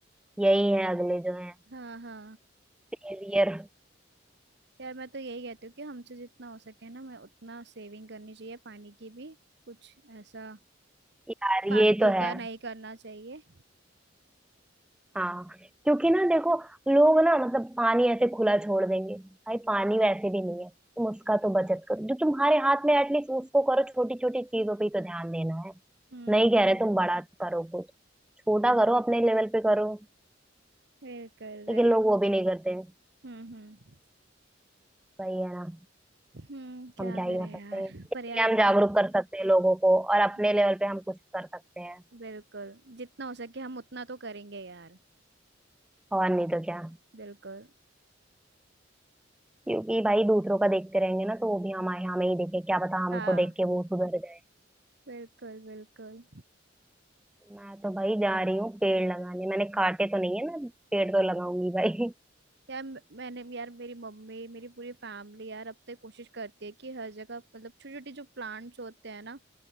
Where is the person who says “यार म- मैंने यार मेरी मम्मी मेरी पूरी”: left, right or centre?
Right